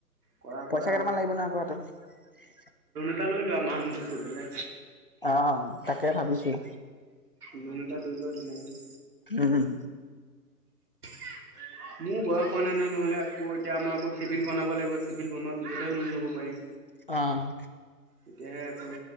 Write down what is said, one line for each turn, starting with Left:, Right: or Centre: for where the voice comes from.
Right: কৰা
Left: পইচা
Right: কৰা
Left: কেইটামান লাগিব নহয় আকৌ হাতত।
Right: লোন এটা লৈ লোৱা মাহ'তক কৈ পেলাই।
Left: অ' তাকে ভাবিছোঁ।
Right: লোন এটা লৈ লোৱা ধুনীয়াকৈ।
Left: উম
Right: <inaudible> মোৰ বয়স হোৱা নাই নহয়, নহ'লে আকৌ এতিয়া আমাৰ আকৌ চিভিল বনাব লাগিব, চিভিল বনোৱাৰ পিছতহে লোন ল'ব পাৰিম।
Left: অ'
Right: তেতিয়াহে আকৌ,